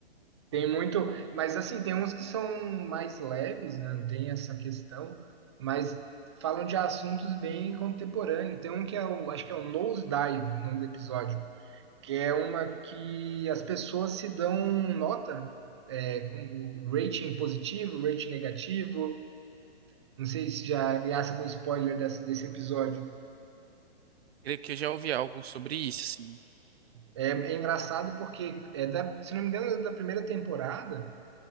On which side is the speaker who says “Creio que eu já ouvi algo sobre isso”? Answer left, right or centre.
Right